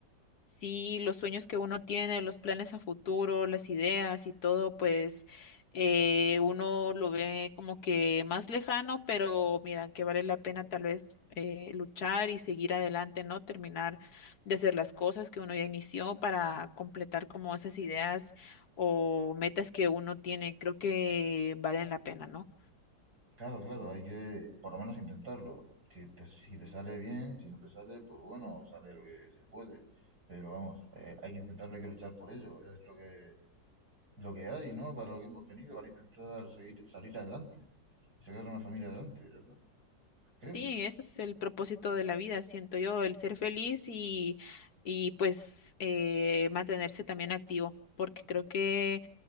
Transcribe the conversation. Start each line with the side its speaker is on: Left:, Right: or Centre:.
Left: sí, los sueños que uno tiene, los planes a futuro, las ideas y todo, pues eh, uno lo ve como que más lejano, pero mira, que vale la pena tal vez eh, luchar y seguir adelante, ¿no? Terminar de hacer las cosas que uno ya inició para completar como esas ideas o metas que uno tiene, creo que valen la pena, ¿no?
Right: Claro, claro, hay que por lo menos intentarlo. Si te, si te sale bien, si no te sale, pues bueno, sale lo que se puede. Pero vamos, eh, hay que intentarlo, hay que luchar por ello. Es lo que, lo que hay, ¿no? Para lo que hemos venido, para intentar seguir, salir adelante y sacar a una familia adelante, ¿verdad? Creo.
Left: Sí, ese es el propósito de la vida, siento yo, el ser feliz y, y pues eh, mantenerse también activo, porque creo que